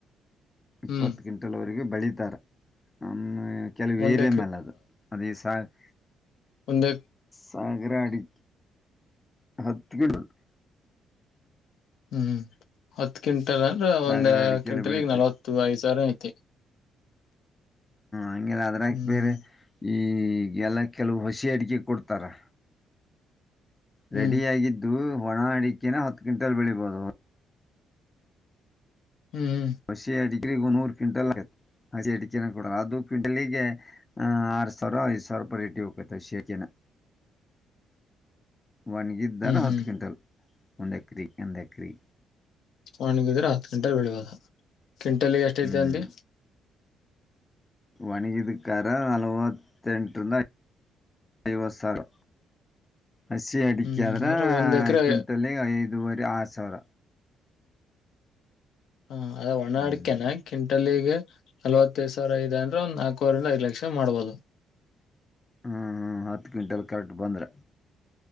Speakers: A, on the left; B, on the left.
A: ಇಪ್ಪತ್ತು
B: ಹ್ಮ್
A: ಕ್ವಿಂಟಲ್ ವರಿಗೆ ಬೆಳತಾರೆ ನಮ್ಮ ಕೆಲವು
B: ಒಂದ್
A: <unintelligible>
B: ಒಂದು
A: <unintelligible> ಹತ್ತು <unintelligible>
B: ಹ್ಮ್ ಹತ್ತು ಅಂದ್ರ
A: ಸಾಗರ
B: ಒಂದ್
A: ಅಡಿಕೆ
B: ಕ್ವಿಂಟಲ್ಗೆ
A: ಎಲ್ಲ ಬೆಳೀತಾರೆ
B: ನಲವತ್ತು ಐದ್ ಸಾವಿರ ಐತೆ
A: ಹಂಗೆಲ್ಲ ಅದ್ರಾಗ
B: ಹ್ಮ್
A: ಬೇರೆ ಈಗೆಲ್ಲ ಕೆಲವು ಹಸಿ ಅಡಿಕೆ ಕೊಡ್ತಾರೆ
B: ಹ್ಮ್
A: ರೆಡಿ ಆಗಿದ್ದು ಒಣ ಅಡಿಕೆನ ಹತ್ತು ಕ್ವಿಂಟಲ್ ಬೆಳಿಬೋದು
B: ಹ್ಮ್ ಹ್ಮ್
A: ಹಸಿ ಅಡಿಕೆ ನೂರು ಕ್ವಿಂಟಲ್ ಆಗುತ್ತೆ <unintelligible> ಅದು ಕ್ವಿಂಟಲಗೆ ಆರು ಸಾವಿರ ಐದ್ ಸಾವಿರ ರೇಟಿಗೆ ಹೋಗುತ್ತೆ ಹಸಿ ಆಡಿಕೆನೆ ಒಣಗಿದ್ದಾರೆ
B: ಹ್ಮ್ ಹ್ಮ್
A: ಹತ್ತು ಕ್ವಿಂಟಲ್ ಒಂದೇಕ್ರಿ ಒಂದೇಕ್ರಿ
B: ಒಣಗಿದರ ಕ್ವಿಂಟಲ್ ಬೆಳಿಬೋದು ಕ್ವಿಂಟಲ್ಗೆ ಎಷ್ಟ ಐತಿ
A: ಹ್ಞೂ
B: ಅಂದರ
A: ಒಣಗಿದ ಕಾದ್ರ ನಲವತ್ತೆಂಟು ಸಾವಿರದಿಂದ ಐವತ್ತು ಸಾವಿರ. ಹಸಿ ಅಡಿಕೆ
B: ಹ್ಮ್
A: ಆದ್ರ
B: ಅಂದ್ರೆ ಒಂದ್ ಎಕರೆ
A: ಕ್ವಿಂಟಲ್ಗೆ ಐದು ಐದುವರಿ ಆರು ಸಾವಿರ
B: ಹಾ ಅದ ಒಣ
A: ಹ್ಞೂ
B: ಅಡಿಕ್ಯಾನ ಕಿಂಟಲ್ಲಿಗೆ ನಲವತ್ತು ಐದು ಸಾವಿರ ಇದೆ ನಾಲ್ಕುವರೆ ಐದು ಲಕ್ಷ ಮಾಡ್ಬೋದು
A: ಹ್ಮ ಹತ್ತು ಕ್ವಿಂಟಲ್ ಕರೆಕ್ಟ್ ಬಂದ್ರೆ